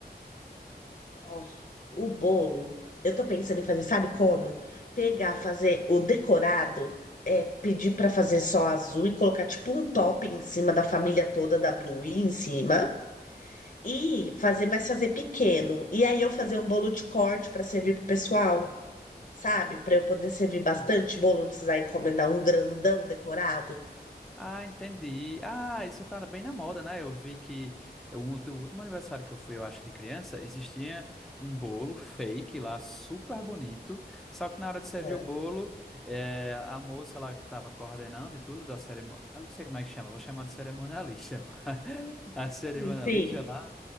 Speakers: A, on the left (about 50°); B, in the centre.
A: Ó, o bolo, eu tô pensando em fazer, sabe como? Pegar, fazer o decorado, é pedir pra fazer só azul e colocar tipo um top em cima da família toda da Blue em cima e fazer, mas fazer pequeno. E aí eu fazer um bolo de corte pra servir pro pessoal, sabe? Pra eu poder
B: Hum.
A: servir bastante bolo, não precisar encomendar um grandão decorado.
B: Ah, entendi. Ah, isso tá bem na moda, né? Eu vi que eu- o outro- o último aniversário que eu fui, eu acho, de criança, existia um bolo fake lá, super bonito. Só que na hora de
A: Aham.
B: servir o bolo, eh, a moça lá que estava coordenando e tudo da cerimônia, eu não sei como é que chama, eu vou chamar de cerimonialista. <laughs> A cerimonialista
A: Sim, sim.
B: lá,